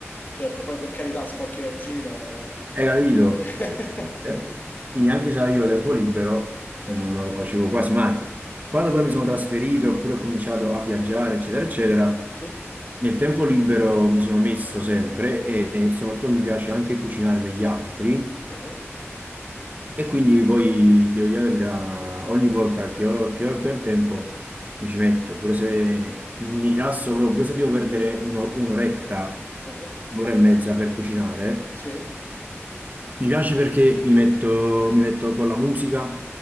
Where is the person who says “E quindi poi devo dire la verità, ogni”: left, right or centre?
Right